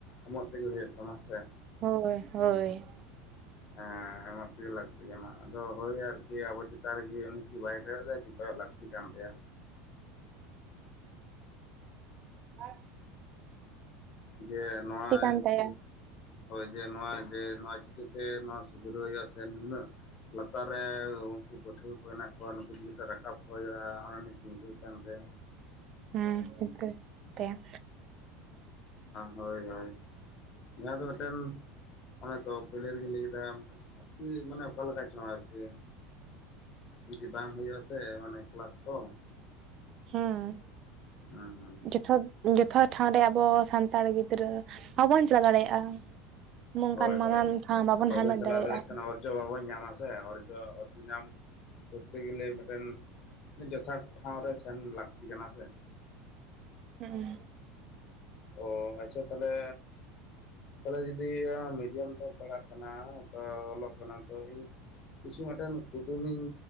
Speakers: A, on the left; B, on the right.
A: ᱮᱢᱚᱜ ᱛᱮᱜᱮ ᱦᱩᱭᱩᱜ ᱛᱟᱢᱟ ᱥᱮ᱾
B: ᱦᱳᱭ ᱦᱳᱭ᱾
A: ᱦᱮᱸ᱾ ᱛᱮᱜᱮ ᱞᱟᱹᱠᱛᱤ ᱠᱟᱱᱟ ᱟᱫᱚ ᱦᱳᱭ ᱟᱨᱠᱤ ᱟᱵᱚ ᱪᱮᱛᱟᱱ ᱨᱮᱜᱮ ᱩᱱᱤ ᱠᱤ ᱵᱟᱭ ᱠᱚᱭᱚᱜ ᱮᱫᱟᱭ ᱠᱤ ᱠᱚᱭᱚᱜ ᱞᱟᱹᱠᱛᱤ ᱠᱟᱱ ᱛᱟᱭᱟ᱾
B: ᱟᱪᱪᱷᱟ
A: ᱡᱮ ᱱᱚᱣᱟᱭ
B: ᱠᱟᱱ ᱛᱟᱭᱟ
A: ᱴᱷᱤᱠᱼᱼ ᱦᱳᱭ ᱡᱮ ᱱᱚᱣᱟ ᱡᱮ ᱱᱚᱣᱟ ᱪᱤᱠᱟᱹᱛᱮ ᱱᱚᱣᱟ ᱥᱩᱫᱷᱨᱟᱹᱣ ᱦᱩᱭᱩᱜᱼᱟ, ᱥᱮ ᱱᱩᱱᱟᱹᱜᱼᱼ ᱞᱟᱛᱟᱨ ᱨᱮ ᱩᱱᱠᱩ ᱯᱟᱹᱴᱷᱩᱣᱟᱹ ᱠᱚ ᱦᱮᱱᱟᱜ ᱠᱚᱣᱟ ᱱᱩᱠᱩ ᱪᱤᱠᱟᱹ ᱛᱮ ᱨᱟᱠᱟᱵ ᱠᱚ ᱦᱩᱭᱩᱜᱼᱟ, ᱚᱱᱟ ᱱᱤᱭᱮ ᱪᱤᱱᱛᱟᱹ ᱫᱚ ᱛᱟᱦᱮᱱ ᱛᱟᱭᱟ᱾
B: ᱦᱮᱸ <unintelligible> ᱛᱮᱱ
A: ᱦᱳᱭ ᱦᱳᱭ ᱡᱟᱦᱟᱸ ᱫᱚ ᱢᱤᱫᱴᱮᱱᱼᱼ ᱚᱱᱮ ᱛᱚ ᱯᱳᱭᱞᱳ ᱨᱮᱜᱮᱧ ᱞᱟᱹᱭ ᱠᱮᱫᱟ ᱟᱢ ᱴᱷᱮᱱ ᱟᱨᱠᱤ ᱢᱟᱱᱮ ᱚᱠᱟ ᱞᱮᱠᱟ ᱪᱚᱝ ᱟᱨᱠᱤᱼᱼ ᱡᱩᱫᱤ ᱵᱟᱝ ᱦᱩᱭᱩᱜᱼᱟ ᱥᱮ ᱢᱟᱱᱮ ᱠᱞᱟᱥ ᱠᱚ
B: ᱦᱩᱸ
A: ᱦᱮᱸ ᱦᱮᱸ
B: ᱡᱚᱛᱷᱟᱛ᱾ ᱡᱚᱛᱷᱟᱛ ᱴᱷᱟᱶ ᱨᱮ ᱟᱵᱚ ᱥᱟᱱᱛᱟᱲ ᱜᱤᱫᱽᱨᱟᱹ ᱵᱟᱵᱚᱱ ᱪᱟᱞᱟᱣ ᱫᱟᱲᱮᱭᱟᱜᱼᱟ᱾ ᱱᱚᱝᱠᱟᱱ
A: ᱦᱳᱭ
B: ᱢᱟᱨᱟᱝ
A: ᱦᱳᱭ
B: ᱴᱷᱟᱶ ᱵᱟᱵᱚᱱ
A: ᱟᱨ ᱵᱟᱵᱚᱚᱱ
B: ᱦᱟᱢᱮᱴ
A: ᱪᱟᱞᱟᱣ
B: ᱫᱟᱲᱮᱭᱟᱜᱼᱟ
A: ᱫᱟᱲᱮᱭᱟᱜ ᱠᱷᱟᱱ ᱚᱨᱡᱚ ᱵᱟᱵᱚᱱ ᱧᱟᱢᱟ ᱥᱮ ᱚᱨᱡᱚ ᱚᱨᱡᱚ ᱧᱟᱢᱼᱼ ᱠᱚᱨᱛᱮ ᱜᱮᱞᱮ ᱢᱤᱫᱴᱮᱱ ᱡᱚᱛᱷᱟᱛ ᱴᱷᱟᱶ ᱨᱮ ᱥᱮᱱ ᱞᱟᱹᱠᱛᱤ ᱠᱟᱱᱟ ᱥᱮ᱾
B: ᱦᱩᱸᱩᱼᱼ
A: ᱚ ᱟᱪᱪᱷᱟ ᱛᱟᱦᱚᱞᱮᱼᱼ ᱛᱟᱦᱚᱞᱮ ᱡᱚᱫᱤ ᱢᱤᱰᱤᱭᱟᱢ ᱛᱮᱢ ᱯᱟᱲᱦᱟᱜ ᱠᱟᱱᱟ ᱛᱚ ᱚᱞᱚᱜ ᱠᱟᱱᱟᱢ ᱛᱚ ᱤᱧᱼᱼ ᱠᱤᱪᱷᱩ ᱢᱤᱫᱴᱮᱱ ᱠᱩᱫᱩᱢ ᱤᱧ